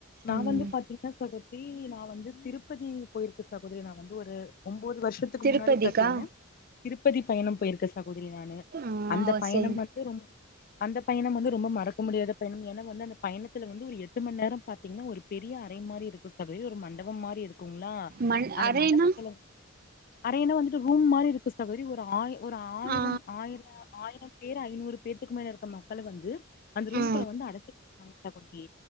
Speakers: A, on the left; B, on the right.
A: நா
B: ம்
A: வந்து பாத்தீங்ன்னா சகோ தரி நா வந்து திருப்பதி போயிருக்கே சகோதரி நா வந்து ஒரு ஒம்போது வர்ஷத்துக்கு
B: திருப்பதிக்கா
A: முன்னாடி பாத்தீங்ன்னா திருப்பதி பயணம் போயிருக்கே சகோதரி நானு.
B: ஆ
A: அந்த
B: ஓ
A: பயணம்
B: சரிங்க
A: வ ந்ட்டு ரொம்போ அந்த பயணம் வந்து ரொம்ப மறக்க முடியாத பயணம் ஏனா வந்து அந்த பயணத்துல வந்து ஒரு எட் டு மண் நேரம் பாத்தீங்ன்னா ஒரு பெரிய அறை மாரி இருக்கு சகோதரி ஒரு மண்டபம் மாரி இருக்குங்ளா.
B: மண்
A: அந்த
B: அறைனா
A: மண்டபத்துல அறைனா வந்துட்டு ரூம் மாரி இருக்கு சகோதரி ஒரு ஆளு ஒரு ஆயிரம்
B: ஆ
A: ஆயிர ஆயிரம் பேர் ஐநூறு பேத்துக்கு மேல இருக்க மக்கள வந்து அந்த ரூம்
B: ஆ
A: ல அட <inaudible> <unintelligible>